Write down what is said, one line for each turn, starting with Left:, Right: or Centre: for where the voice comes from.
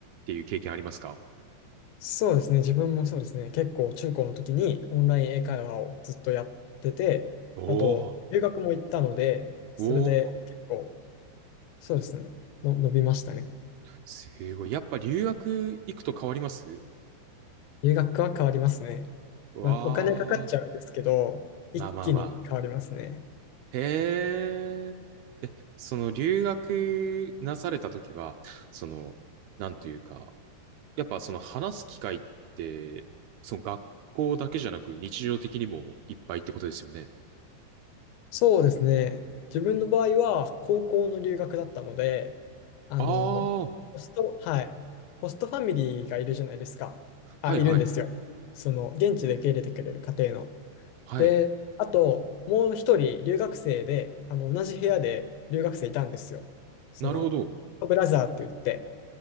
Right: ていう経験ありますか
Left: そうですね、自分もそうですね、結構中高の時にオンライン英会話をずっとやってて、
Right: おー、
Left: あと、留学も行ったので、それで結構、
Right: おー、
Left: そうですね、の伸びましたね。
Right: すごい。やっぱ留学行くと変わります
Left: 留学は変わりますね。
Right: わ
Left: まあ、お金かかっちゃうんですけど、
Right: ー、
Left: 一気に変わりますね。
Right: まあまあまあ。へー。え、その留学なされた時は、その、なんというか、やっぱその話す機会って、その学校だけじゃなく日常的にもいっぱいってことですよね。
Left: そうですね。自分の場合は高校の留学だったので、あの、
Right: ああ、
Left: ホスト、はい、ホストファミリーがいるじゃないですか。
Right: はいはい、
Left: あ、いるんですよ。その、現地で受け入れてくれる家庭の。
Right: はい。
Left: で、あと、もう一人留学生で、あの、同じ部屋で留学生いたんですよ。その、
Right: なるほど。
Left: ホットブラザーって言って、